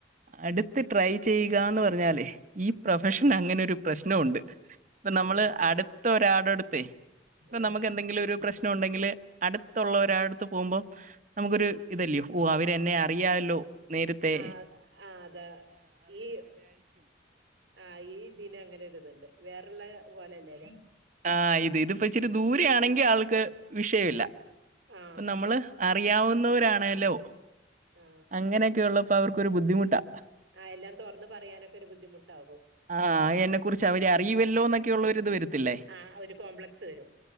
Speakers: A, on the right (about 40°); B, on the right (about 80°).
A: അടുത്ത് ട്രൈ ചെയ്യുകന്ന് പറഞ്ഞല്േ ഈ പ്രൊഫഷൻ അങ്ങനെ ഒരു പ്രശ്നംുണ്ട് ഇപ്പൊ നമ്മള്
B: ആഹ്
A: അടുത്ത ഒരാട അടുത്ത ഇപ്പൊ
B: ആഹ്
A: നമുക്ക് എന്തെങ്കിലും ഒരു പ്രശ്നം ണ്ടെങ്കിൽ അടുത്തുള്ള ഒരാടുത്ത് പോകുമ്പോം നമുക്കൊരു ഇതല്ലയോ ഓ അവര് എന്നെ അറിയാല്ലോ നേരത്തെേ
B: ആ ആ അതെ ഈ ആഹ ഈ ദിനം അങ്ങനെ ഒരു ഇതുണ്ട് വേറെള്ള പോലെല്ലേ.
A: ആഹ് ഇത് ഇതിപ്പോ ഇച്ചിരി ദൂരെ ആണെങ്കിൽ ആൾക്ക് വിഷയ ഇില്ല
B: ആ
A: അൊ നമ്മള് അറിയാവുന്നവരാണല്ലോ
B: ആ
A: അങ്ങനെയൊക്കെ ഉള്ളപ്പോ അവർക്കൊരു ബുദ്ധിമുട്ടാ
B: ആ എല്ലാം തുറന്ന് പറയാനൊക്കെ ഒരു ബുദ്ധിമുട്ടാകും
A: ആഹ എന്നെ കുറിച്ച് അവര് അറി ലോഎന്നൊരു ഇത് വരത്തില്ലേ
B: ആ ഒരു കോംപ്ലക്സ് വരും